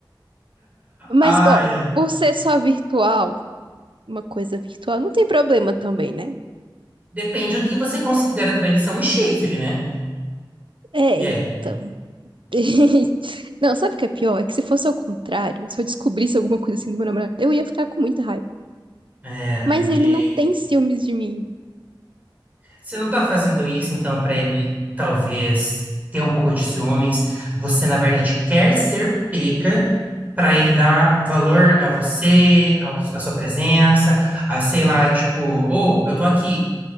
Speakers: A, on the right; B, on the right.
A: Mas,
B: Ai,
A: ó,
B: ai.
A: por ser só virtual, uma coisa virtual, não tem problema também, né?
B: Depende do que você considera traição e chifre, né?
A: É,
B: E
A: então.
B: aí?
A: <laughs> Não, sabe o que é pior? É que se fosse ao contrário, se eu descobrisse alguma coisa assim do meu namorado, eu ia ficar com muita raiva.
B: É, né?
A: Mas ele
B: E
A: não
B: aí?
A: tem ciúmes de mim.
B: Você não tá fazendo isso, então, pra ele talvez ter um pouco de ciúmes. Você, na verdade, quer ser pega pra ele dar valor a você, ao- à sua presença, a sei lá, tipo, ô, eu tô aqui.